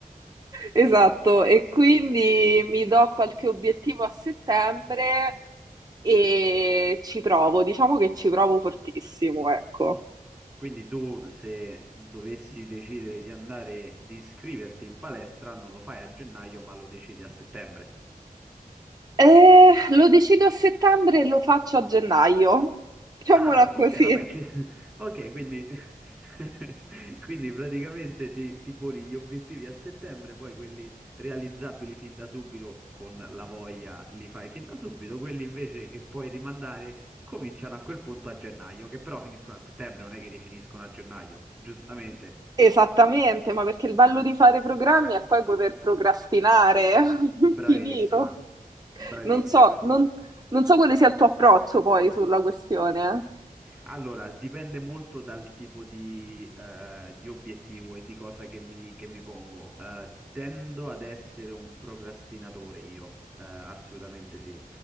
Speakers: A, on the right; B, in the centre.
A: Esatto, e quindi mi do qualche obiettivo a settembre e ci provo, diciamo che ci provo fortissimo, ecco.
B: O- Quindi tu se dovessi decidere di andare, di iscriverti in palestra, non lo fai a gennaio, ma lo decidi a settembre.
A: Eh, lo decido a settembre e lo faccio a gennaio, <laughs> diciamola
B: Ah, ok,
A: così.
B: vabbè, ci- <laughs> ok, quindi, <laughs> quindi praticamente ti, ti poni gli obiettivi a settembre, poi quelli realizzabili fin da subito con la voglia li fai fin da subito, quelli invece che puoi rimandare cominciano a quel punto a gennaio, che però finiscono a settembre, non è che rifiniscono a gennaio, giustamente.
A: Esattamente, ma perché il bello di fare programmi è poi poter procrastinare <laughs> all'infinito.
B: Bravissima, bravissima,
A: Non so,
B: così.
A: non, non so quale sia il tuo approccio poi sulla questione.
B: Allora, dipende molto dal tipo di, eh, di obiettivo e di cosa che mi, che mi pongo. Eh, tendo ad essere un procrastinatore io, eh, assolutamente sì.